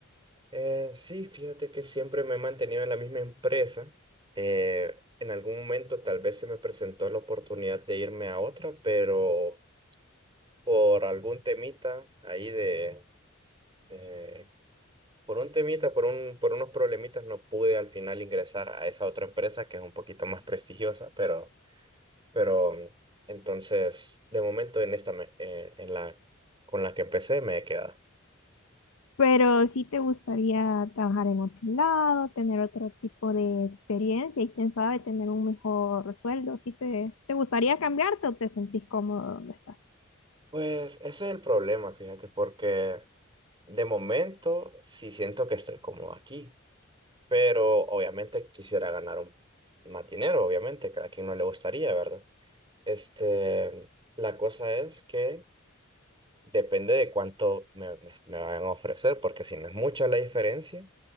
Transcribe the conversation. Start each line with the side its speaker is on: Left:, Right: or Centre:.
Right: Eh, sí, fíjate que siempre me he mantenido en la misma empresa. Eh, en algún momento tal vez se me presentó la oportunidad de irme a otra, pero por algún temita ahí de, de- por un temita, por un, por unos problemitas no pude al final ingresar a esa otra empresa que es un poquito más prestigiosa, pero, pero entonces de momento en esta, me- eh, en la, con la que empecé me he quedado.
Left: Pero sí te gustaría trabajar en otro lado, tener otro tipo de experiencia y quién sabe, tener un mejor sueldo. ¿Sí te, te gustaría cambiarte o te sentís cómodo donde estás?
Right: Pues ese es el problema, fíjate, porque De momento, sí siento que estoy cómodo aquí, pero obviamente quisiera ganar un, más dinero, obviamente, que a quien no le gustaría, ¿verdad? Este, la cosa es que depende de cuánto me, me- me vayan a ofrecer, porque si no es mucha la diferencia